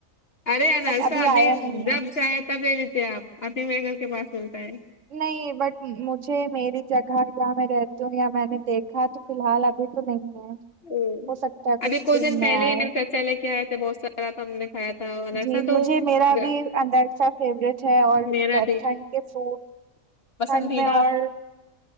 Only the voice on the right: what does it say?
بٹ
آیا نہیں
ہے
نہیں بٹ مجھے میری جگہ جہاں میں رہتی ہوں یا میں نے دیکھا تو فی الحال ابھی تو نہیں ہے
ہو سکتا ہے
میں آئے
جی
مجھے میرا
بھی اندرشہ فیوریٹ ہے اور
ٹھن کے فروٹ
ٹھنڈ میں اور